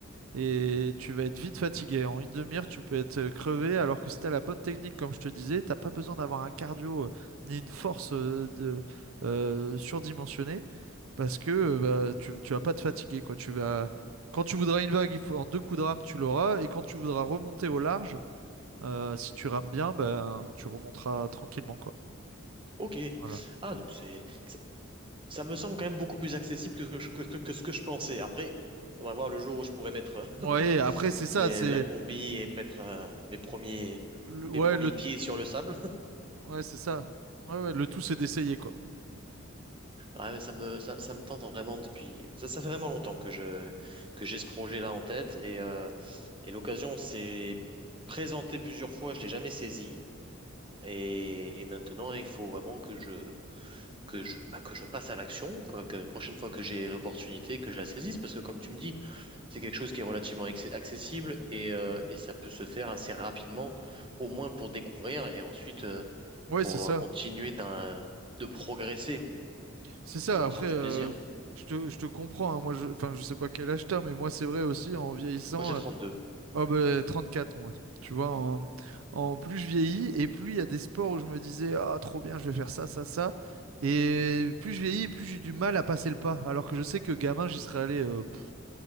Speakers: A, on the right; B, on the right.
A: et tu vas être vite fatigué. En une demi-heure, tu peux être euh, crevé, alors que si t'as la bonne technique, comme je te disais, t'as pas besoin d'avoir un cardio euh, ni une force euh, de, euh, surdimensionnée, parce que euh, bah, tu, tu vas pas te fatiguer, quoi. Tu vas... Quand tu voudras une vague, il faut... en deux coups de rame, tu l'auras, et quand tu voudras remonter au large, euh, si tu rames bien, ben, tu remonteras tranquillement, quoi.
B: Ok.
A: Voilà.
B: Ah, donc c'est ça, ça me semble quand même beaucoup plus accessible que, que, que, que ce que je pensais. Après, on va voir le jour où je pourrais mettre <laughs>
A: Ouais, après, c'est ça,
B: les,
A: c'est...
B: la combi et mettre euh, mes premiers
A: le-
B: mes
A: Ouais,
B: premiers
A: le...
B: pieds sur le sable.
A: ouais, c'est ça. Ouais, ouais, le tout, c'est d'essayer, quoi.
B: Ouais, mais ça me, ça, ça me tente vraiment depuis. Ça, ça fait vraiment longtemps que je, que j'ai ce projet-là en tête et, euh, et l'occasion s'est présentée plusieurs fois, je l'ai jamais saisie et, et maintenant il faut vraiment que je, que je, bah, que je passe à l'action, quoi, que la prochaine fois que j'ai l'opportunité, que je la saisisse parce que comme tu me dis, c'est quelque chose qui est relativement acc- accessible et, euh, et ça peut se faire assez rapidement, au moins pour découvrir et ensuite euh,
A: Ouais,
B: pour
A: c'est ça.
B: continuer d'un- de progresser
A: C'est ça,
B: et de
A: après,
B: prendre
A: euh,
B: du plaisir.
A: je te, je te comprends, hein, moi, je, enfin, je sais pas quel âge t'as, mais moi, c'est vrai aussi, en vieillissant,
B: Moi j'ai trente
A: euh,
B: deux
A: oh, ben, 34 moi, tu vois, en,
B: Ouais,
A: en plus je vieillis, et plus il y a des sports où je me disais, ah, trop bien, je vais faire ça, ça, ça, et plus je vieillis, plus j'ai du mal à passer le pas, alors que je sais que gamin, j'y serais allé, euh, pff,